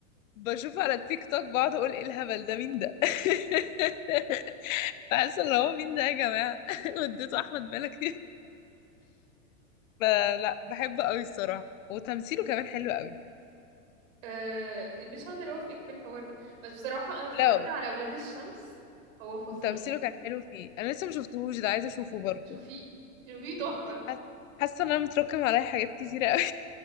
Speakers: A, on the left; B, on the right.
A: بشوف على التيك توك بقعد اقول ايه الهبل ده مين ده <laughs> بحس ان هو مين ده يا جماعة <laughs> وديته احمد مالك فلا بحبه قوي الصراحة وتمثيله كمان حلو قوي
B: أه مش هقدر اوافقك في الحوار ده بس بصراحه انا اتفرجت
A: لا
B: على ولاد الشمس هو فظيع
A: تمثيله كان حلو فيه انا لسه ما شفتهوش ده عايزة اشوفه برضو
B: شوفيه شوفيه تحفه
A: حاسة حاسة ان انا متراكم عليا حاجات كتيرة قوي